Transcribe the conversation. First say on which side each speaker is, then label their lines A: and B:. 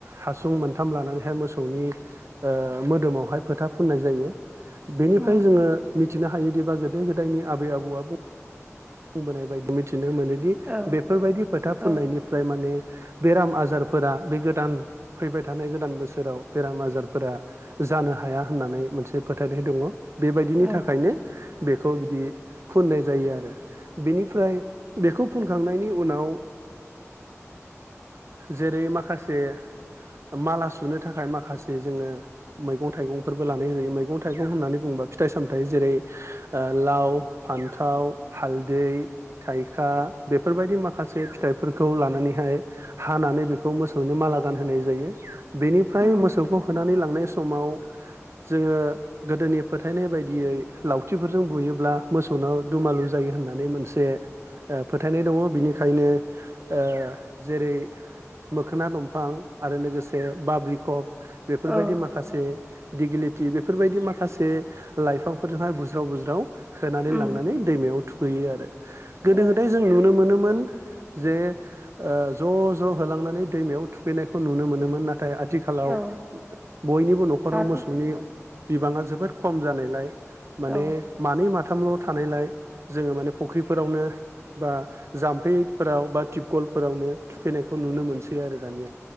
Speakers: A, on the right; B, on the right.
A: हासुं मोनथाम लानानैहाय मोसौनि मोदोमावहाय फोथा फुननाय जायो। बेनिफ्राय
B: उम
A: जोङो मिथिनो हायोदिबा गोदो गोदो गोदायनि आबै आबौआ बुंबोनाय बायदि मिथि नो मोनोदि
B: औ
A: बेफोरबायदि फोथा
B: औ
A: फुननायनिफ्राय माने बेराम आजार फोरा बे गोदान फैबाय थानाय गोदान बोसोराव बेराम आजारफोरा जानो हाया होननानै मोनसे फोथायनाय दङ। बेबायदिनि थाखायनो
B: औ
A: बेखौ बिदि फुननाय जायो आरो बेनिफ्राय बेखौ फुनखांनायनि उनाव जेरै माखासे माला सुनो थाखाय माखासे जोङो मैगं थाइगंफोरबो लानाय जायो मैगं थाइगं होननानै बुंबा फिथाइ सामथाय जेरै ओ लाव फान्थाव हालदै थाइखा बेफोरबायदि माखासे फिथाइफोरखौ लानानैहाय हानानै बेखौ मोसौनो माला गानहोनाय जायो बेनिफ्राय
B: उम
A: मोसौखौ होनानैलांनाय समाव जोङो गोदोनि फोथायनाय बायदियै लावथिफोरजों बुयोब्ला मोसौ उनाव दुमालु जायो होननानै मोनसे ओ फोथायनाय दङ बिनिखायनो ओ जेरै मोखोना दंफां आरो लोगोसे बाब्रिखब बेफोरबायदि
B: औ
A: माखासे दिगिलिटि बेफोरबायदि माखासे लाइफांफोरजोंहाय बुज्राव बुज्राव होनानै
B: उम
A: लांनानै दैमायाव थुखैयो आरो गोदो
B: ओ
A: गोदाय जों नुनो मोनोमोन जे ओ ज' ज' होलांनानै दैमायाव थुखैनायखौ नुनो मोनोमोन नाथाय नाथाय आथिखालाव
B: औ
A: बयनिबो न'खराव
B: दाथ'
A: मोसौनि बिबांङा जोबोद खम जानायलाय
B: औ
A: माने मानै माथ थामल' थानायलाय जोङो माने फुख्रिफोरावनो बा जाम्फैफोराव बा टिबकलफोरावनो थुखैनाय खौ नुनो मोनसै आरो दानिया